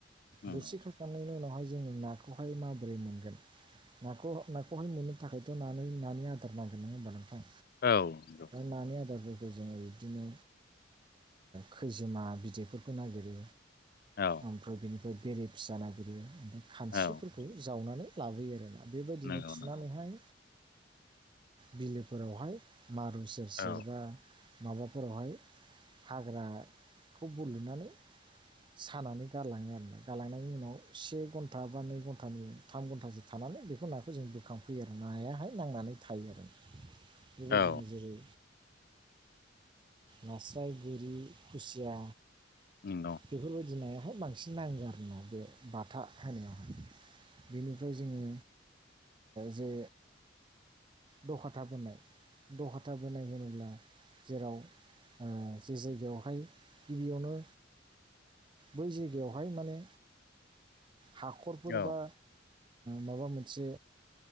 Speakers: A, on the left; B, on the right.
A: नंगौ
B: बोरसिखौ हखांनायनि उनावहाय जोंङो नाखौहाय माबोरै मोनगोन नाखौ नाखौहाय मोननो थाखायथ' नानो नानि आदार नांगोन नंङा होमबा नोंथां
A: औ
B: ओमफ्राय नानि आदारफोरखौ जोंङो बिदिनो खैजोमा बिदै फोरखौ नागिरो
A: औ
B: ओमफ्राय बेनिफ्राय बेरे फिसा नागिरो ओमफ्राय खानस्रिफोरखौ
A: औ
B: जावनानै लाबोयो आरोना बेबायदिनो
A: नंगौ
B: थुनानैहाय
A: नंगौ
B: बिलोफोरावहाय मारु सेर सेर
A: औ
B: बा माबाफोरावहाय हाग्रा बुलुनानै सानानै गालांङो आरो ना गालांनायनि उनाव से घन्टा बा नै घन्टानि थाम घन्टासो थानानै बेखौ नाखौ जों बोखांफैयो आरो नायाहाय नांनानै थायो आरो बेबायदिनो
A: औ
B: जेरै नास्राय गोरि खुसिया
A: नंगौ
B: बेफोरबायदि नायाहाय बांसिन नांङो आरो ना बे बाथा होनायावहाय बेनिफ्राय जोंङो जे दखथा बोनाय दख था बोनाय होनोब्ला जेराव जे जायगायावहाय गिबियावनो बै जायगायावहाय माने हाखरफोर
A: औ औ
B: बा माबा मोनसे